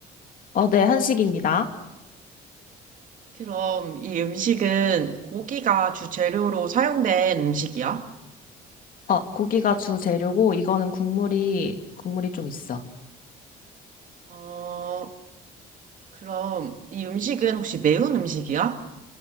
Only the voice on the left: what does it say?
어, 네, 한식입니다.
어, 고기가 주재료고, 이거는 국물이, 국물이 좀 있어.